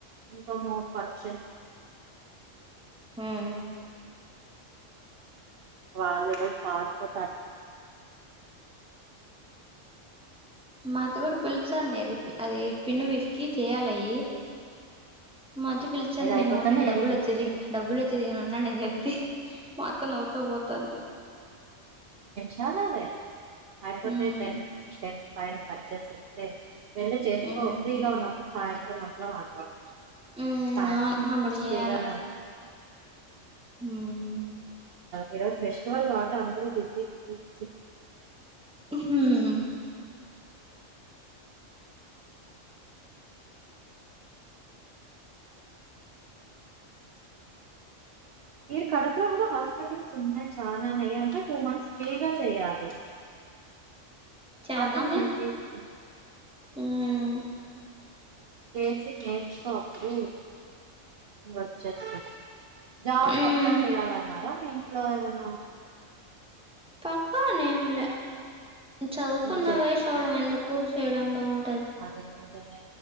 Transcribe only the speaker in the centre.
హ్మ్
మాఅత్త కూడా పిలుస్తుంది అది అది పిండి పిసికి చేయాలయి మాఅత్త పిలుచింది
నేను
ఉండండి డబ్బులు
వచ్చేది డబ్బులు వచ్చేది నేను ఉండండి అని చెప్తే మాఅ త్త నవ్వుతా పోతుంది
మ్మ్
మ్మ్
మ్మ్
అవును అప్పుడు చేయాల
మ్మ్
మ్మ్ హ్మ్
చేద్దాంలే
మ్మ్
హ్మ్
పక్క నేమ్ల చదువుకున్న
వస్ట్ ఆవడం ఎందూకు చేయడం లో అని